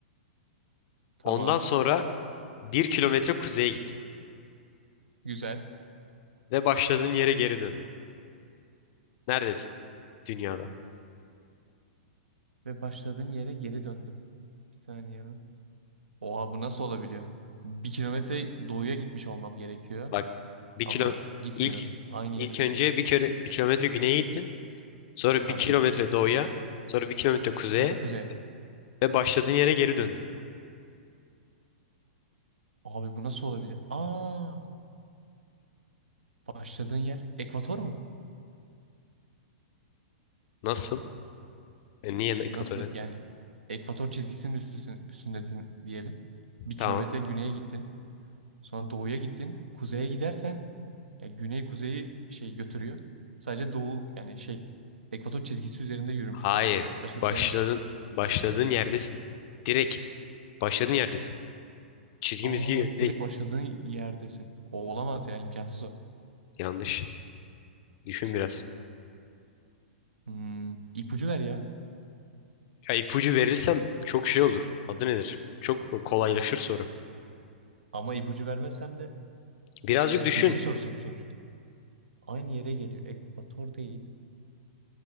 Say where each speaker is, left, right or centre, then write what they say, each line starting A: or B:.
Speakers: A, on the right; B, on the left.
A: Tamam.
B: Ondan sonra bir kilometre kuzeye gittin.
A: Güzel.
B: Ve başladığın yere geri döndün. Neredesin dünyada?
A: Ve başladığım yere geri döndüm. Bir saniye lan. Oha bu nasıl olabiliyor? Bir kilometre doğuya gitmiş olmam gerekiyor.
B: Bak bir
A: Ama
B: kilo
A: gitmiyorum.
B: ilk
A: Aynı
B: ilk
A: yere geliyorum.
B: önce bir kere bir kilometre güneye gittin. Sonra
A: Tam
B: bir kilometre
A: gittim.
B: doğuya. Sonra bir kilometre kuzeye.
A: Sonra kuzeye.
B: Ve başladığın yere geri döndün.
A: Abi bu nasıl olabilir? Aa, başladığın yer ekvator mu?
B: Nasıl? E, niye ekvatorya?
A: Nasıl yani ekvator çizgisinin üstüsün, üstündesin diyelim. Bir kilometre
B: Tamam.
A: güneye gittin. Sonra doğuya gittin. Kuzeye gidersen ya güney kuzeyi şey götürüyor. Sadece doğu yani şey ekvator çizgisi üzerinde yürümüş
B: Hayır.
A: oluyorsun. Başka bir
B: Başladın.
A: şey yapmıyorsun.
B: Başladığın yerdesin. Direkt Başladığın yerdesin. Çizgi
A: Aa
B: mizgi değil.
A: direkt başladığın yerdesin. O olamaz ya imkansız o.
B: Yanlış. Düşün biraz.
A: Hmm, ipucu ver ya.
B: Ya ipucu verilsem çok şey olur. Adı nedir? Çok kolaylaşır soru.
A: Ama ipucu vermezsem de
B: Birazcık
A: Yani
B: düşün.
A: bilgi sorusu bu sonuçta. Aynı yere geliyor. Ekvator değil.